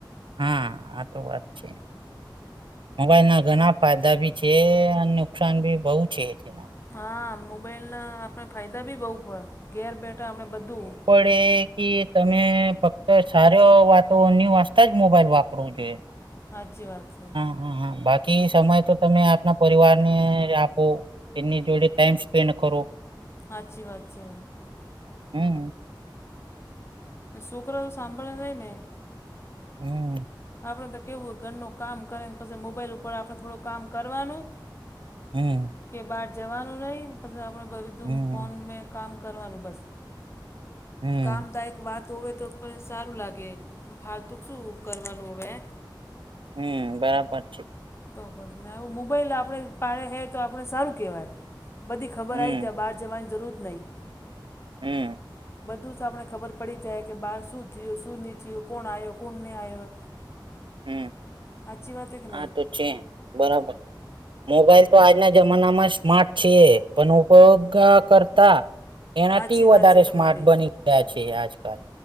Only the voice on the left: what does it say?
હા મોબાઈલ ના આપણે ફાયદા બી બઉ, પે ઘેર બેઠા આપણે બધું
હા અચ્છી વાત છે.
સાચી વાત છે.
છોકરા તો સાંભળ નઈ ને
આપડે તો કેવું હોય, ઘરનું કામ કરે ને પછી મોબાઈલ ઉપર આપણે થોડું કામ કરવાનું.
કે બહાર જવાનું નહી પછ આપડે બધું
ફોન મે કામ કરવાનું બસ,
કામદાયક વાત વે તો પણ સારું લાગે ફાળતું શું કરવાનું હવે હે?
તો બસ ને આવું મોબાઈલ આપડે પાડે હે તો આપણે સારું કેહેવાય. બધી ખબર
આવી જાય બહાર જવાની જરૂર નહીં.
બધું જ આપને ખબર પડી જાય કે બહાર શું થયું, શું નહીં થયું, કોણ આવ, કોણ નહીં આવ્યો?
સાચી વાત કે નહીં
સાચી
વાત છે તમારી